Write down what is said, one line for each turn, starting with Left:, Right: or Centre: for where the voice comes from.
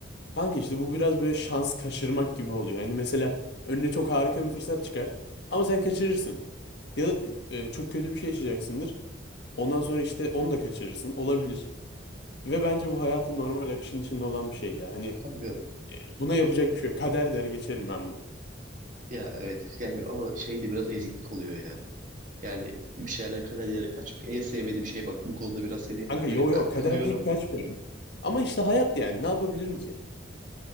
Left: Kanka işte bu biraz böyle şans kaçırmak gibi oluyor. Hani mesela önüne çok harika bir fırsat çıkar ama sen kaçırırsın. Ya da e, çok kötü bir şey yaşayacaksındır. Ondan sonra işte onu da kaçırırsın. Olabilir. Ve bence bu hayatın normal akışının içinde olan bir şey ya. Hani
Right: Kanka
Left: buna yapacak bir şey yok. Kader der geçerim ben bunu.
Right: ya evet yani ama şey de biraz eziklik oluyor ya. Yani bir şeylerden kader yere kaçmak en sevmediğim şey bak bu konuda biraz seni
Left: Kanka
Right: böyle
Left: yo
Right: k-
Left: yo kader
Right: kınıyorum.
Left: deyip kaçmıyorum. Ama işte hayat yani ne yapabilirim ki?